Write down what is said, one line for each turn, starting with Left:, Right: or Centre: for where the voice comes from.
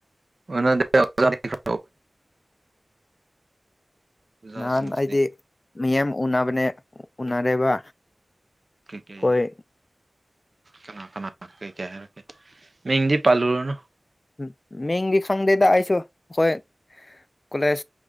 Right: <unintelligible> ꯑꯣꯖꯥꯁꯤꯡꯁꯤꯗꯤ
Left: ꯅꯍꯥꯟ ꯑꯩꯗꯤ ꯃꯤꯌꯥꯝ ꯎꯅꯕꯅꯦ ꯎꯅꯔꯦꯕ
Right: ꯀꯩ ꯀꯩ
Left: ꯍꯣꯏ
Right: ꯀꯅꯥ ꯀꯅꯥ ꯀꯩ <unintelligible> ꯃꯤꯡꯗꯤ ꯄꯥꯜꯂꯨꯔꯅꯨ
Left: ꯎꯝ ꯃꯤꯡꯗꯤ ꯈꯪꯗꯦꯗ ꯑꯩꯁꯨ ꯍꯣꯏ ꯀꯣꯂꯦꯖ